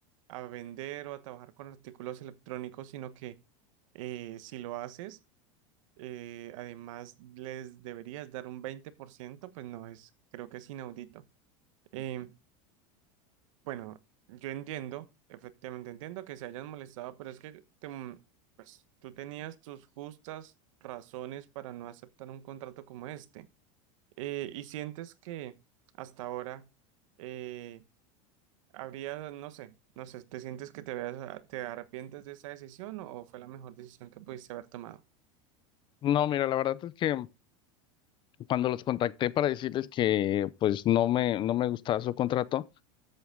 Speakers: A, on the right; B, on the left.
A: a vender o a trabajar con artículos electrónicos, sino que eh, si lo haces, eh, además les deberías dar un 20%, pues no es, creo que es inaudito. Eh, bueno, yo entiendo, efectivamente entiendo que se hayan molestado, pero es que te m- pues, tú tenías tus justas razones para no aceptar un contrato como este. Eh, y sientes que hasta ahora eh, habría, no sé, no sé, ¿te sientes que te, veas- te arrepientes de esa decisión o o fue la mejor decisión que pudiste haber tomado?
B: No, mira, la verdad es que Cuando los contacté para decirles que pues no me, no me gustaba su contrato,